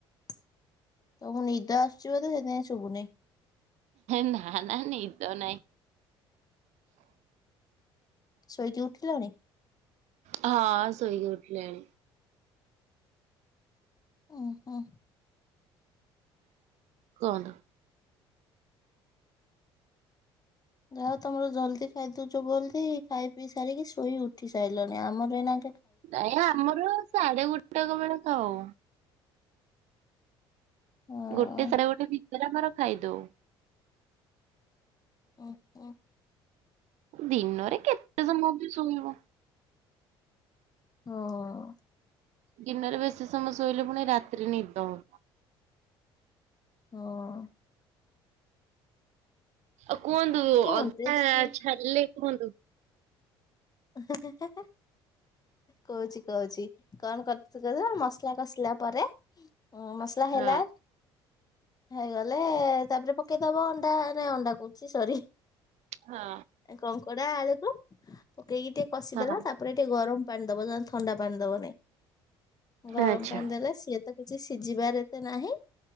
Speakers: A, on the left; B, on the right.
A: ତ ମୁଁ ନିଦ ଆସୁଛି ବୋଧେ ସେଥିପାଇଁ ସୁବୁନି।
B: ନା ନା ନିଦ ନାଇଁ।
A: ଶୋଇକି ଉଠିଲଣି?
B: ହଁ ଶୋଇକି ଉଠିଲିଣି।
A: ଓ ହୋ।
B: କୁହନ୍ତୁ।
A: ଯାହା ତମର ଜଲ୍ଦି ଖାଇଦଉଛ ବୋଲଦି ଖାଇ ପିଇ ସାରିକି ଶୋଇ ଉଠି ସାରିଲଣି ଆମର ଏଇନା
B: ନାଇଁ ଆମର ସାଢେ ଗୋଟାକ ବେଳେ ଖାଉ।
A: ହଁ
B: ଗୋଟେ ସାଢେ ଗୋଟେ ଭିତରେ ଆମର ଖାଇଦଉ।
A: ଓହୋ।
B: ଦିନରେ କେତେ ସମୟ ବି ଶୋଇବୁ।
A: ହଁ!
B: ଦିନରେ ବେଶୀ ସମୟ ଶୋଇଲେ ଫୁଣି ରାତିରେ ନିଦ ହୋ
A: ହଁ।
B: ଆଉ କୁହନ୍ତୁ
A: ଘଣ୍ଟେ
B: ଅଧା
A: ଦି ଘଣ୍ଟା
B: ଛାଡିଲେ କୁହନ୍ତୁ।
A: <unintelligible> କୋହୁଚି କୋହୁଚି କଣ କରୁ <unintelligible> ମସଲା କଷିଲା ପରେ ଉଁ ମସଲା ହେଲା
B: ହଁ।
A: ହେଇଗଲେ ତାପରେ ପକେଇଦବ ଅଣ୍ଡା ନାଇଁ ଅଣ୍ଡା କୋହୁଚି ସରି
B: ହଁ
A: କଙ୍କଡା ଆଳୁ କୁ ପକେଇକି ଟିକେ କଷିଦେଲ
B: ହଁ
A: ତାପରେ ଟିକେ ଗରମ ପାଣି ଦବ ନହେଲେ ଥଣ୍ଡା ପାଣି ଦବନାଇଁ ଗରମ
B: ଆଚ୍ଛା
A: ପାଣି ଦେଲେ ସିଏ ତ କିଛି ସିଝିବାର ଏତେ ନାହିଁ।